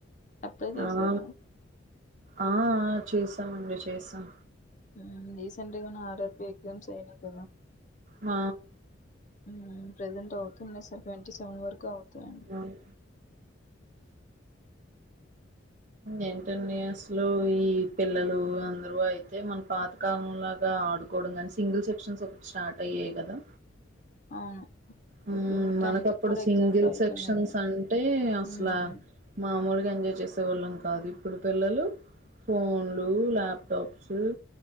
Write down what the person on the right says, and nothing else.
ఆన ఆ ఆ చేసామండి చేసాం
ఆ
ఆ అయి ఏంటండి అసలు ఈ పిల్లలు అందరు అయితే మన పాతకాలం లాగా ఆడుకోవడం కానీ సింగిల్ సెక్షన్స్ ఒకటి స్టార్ట్ అయ్యాయి కదా.
ఉమ్
మనకప్పుడు
సింగిల్
సెక్షన్స్
అంటే అసలా
మామూలు గ ఎంజాయ్ చేసేవాళ్ళం కాదు. ఇప్పుడు పిల్లలు ఫోన్లు లాప్టాప్స్